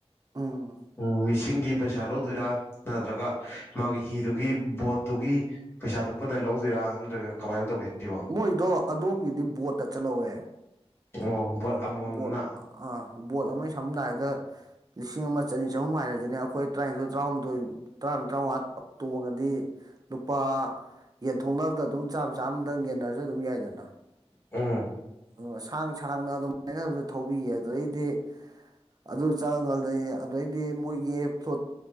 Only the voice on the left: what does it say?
ꯎꯝ ꯃꯤꯁꯤꯡ ꯒꯤ ꯄꯩꯁꯥ ꯂꯧꯗꯣꯏꯔꯥ ꯅꯠꯇ꯭ꯔꯒ ꯃꯥꯒꯤ ꯍꯤꯗꯨꯒꯤ ꯕꯣꯠꯇꯨꯒꯤ ꯄꯩꯁꯥꯗꯨ ꯄꯨꯟꯅ ꯂꯧꯗꯣꯏꯔꯥ ꯅꯠꯇ꯭ꯔꯒ ꯀꯃꯥꯏꯅ ꯇꯧꯒꯦ ꯁꯤꯕꯣ
ꯑꯣ
ꯑꯃꯃꯝꯅ
ꯎꯝ